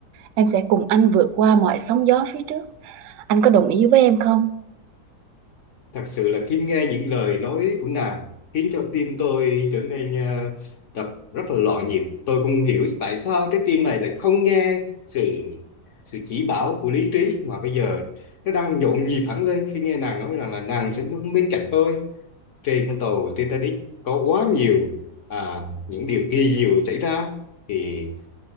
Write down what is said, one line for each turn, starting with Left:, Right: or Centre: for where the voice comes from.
Right: em sẽ cùng anh vượt qua mọi sóng gió phía trước. Anh có đồng ý với em không?
Left: Thật sự là khi nghe những lời nói của nàng khiến cho tim tôi trở nên ờ, đập rất là loạn nhịp. Tôi không hiểu tại sao trái tim này lại không nghe sự sự chỉ bảo của lý trí mà bây giờ nó đang nhộn nhịp hẳn lên khi nghe nàng nói rằng là nàng sẽ luôn bên cạnh tôi. Trên con tàu Titanic có quá nhiều à, những điều kỳ diệu xảy ra thì